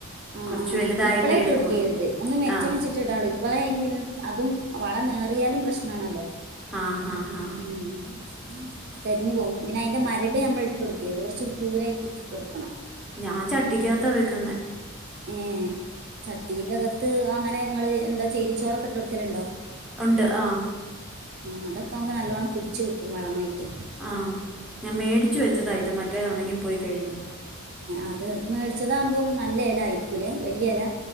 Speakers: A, on the right; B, in the centre.
A: ആഹ്
B: കൊറച്ച്
A: ആഹ്
B: വലുതായിട്ടേ
A: ഇപ്പളെയിട്ട്
B: എടുക്കുള്ളൂ
A: കൊടുക്കരുത് ഒന്ന് മെച്ചം
B: ആ
A: വെച്ചിട്ട ടാള്ളു ഇപ്പളെ അയിന് പിന്നെ അതും വളമേറിയാലും പ്രശ്നാണല്ലോ?
B: ആഹ് ഹാ ഹാ
A: ഉം തരിഞ്ഞു പോകും പിന്നെ അതിൻന്റെ മരട് നഞമ്മൾ ഇട്ട് കൊടുക്കരുത് കുറച്ച് ദൂരൊക്കെ ഇട്ടിട്ട് കൊടുക്കണം
B: ഞാൻ ചട്ടിക്കാത്താ വെക്കുന്ന
A: ഏ ചട്ടീന്റെ അകത്ത് അങ്ങനെ നിങ്ങള് എന്താ ചരിച്ചോറൊക്കെ ഇട്ട് കൊടുക്കലുണ്ടോ
B: ഉണ്ട് ആഹ്
A: ആഹ് അതൊക്കെ ആമ്പോ നല്ലവണ്ണം പിടിച്ച് കിട്ടും വളമായിട്ട്
B: ആഹ് ഞാൻ മേടിച്ച് വെച്ചതാണ് ഇത് മറ്റേത് ഒണങ്ങിപ്പോയി കഴിഞ്ഞ്
A: അത് മേടിച്ചതാകുമ്പോം നല്ല ഇല ആയിരിക്കല്ലേ വലിയ ഇല